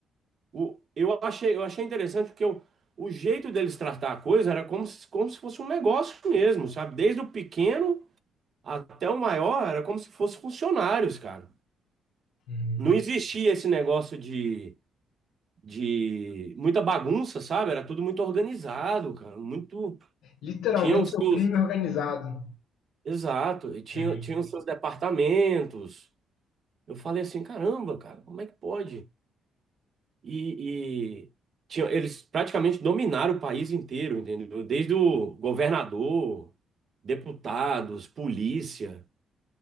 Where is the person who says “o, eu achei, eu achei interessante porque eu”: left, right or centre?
Right